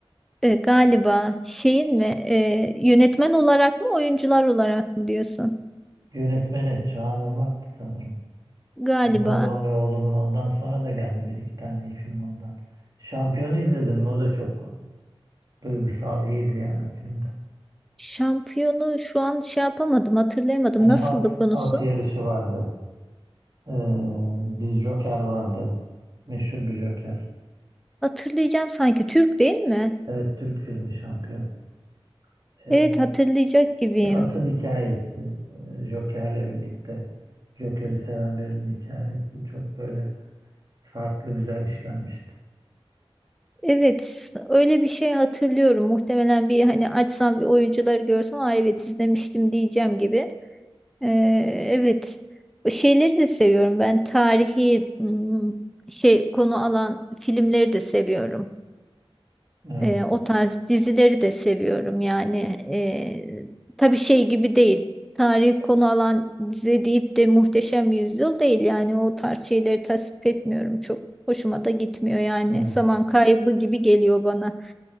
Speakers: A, in the centre; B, on the right.
A: E, galiba şeyin mi e, yönetmen olarak mı oyuncular olarak mı diyorsun?
B: Yönetmeni Çağan Irmak'tı sanırım.
A: Galiba.
B: Babam ve oğlumun ondan sonra da geldi bir iki tane iyi film ondan. Şampiyonu izledim mi? O da çok duygusal, iyiydi yani o filmde.
A: Şampiyonu şu an şey yapamadım, hatırlayamadım.
B: Hani
A: Nasıldı
B: at,
A: konusu?
B: at yarışı vardı. Ee, bir Joker vardı. Meşhur bir Joker.
A: Hatırlayacağım sanki. Türk değil mi?
B: Evet, Türk filmi şampiyon. Ee,
A: Evet hatırlayacak gibiyim.
B: Bir atın hikayesi, e, Joker'le birlikte Joker'i seven birinin hikayesi çok böyle farklı güzel işlenmişti.
A: Evet s- öyle bir şey hatırlıyorum. Muhtemelen bir hani açsam bir oyuncuları görsem "Aa, evet izlemiştim diyeceğim gibi. Ee, evet. Şeyleri de seviyorum. Ben tarihi m, şey konu alan filmleri de seviyorum.
B: Evet,
A: Ee, o tarz dizileri de seviyorum. Yani ee, tabii şey gibi değil. Tarihi konu alan dizi deyip de Muhteşem Yüzyıl değil. Yani o tarz şeyleri tasvip etmiyorum. Çok hoşuma da gitmiyor yani.
B: evet,
A: Zaman kaybı gibi geliyor bana.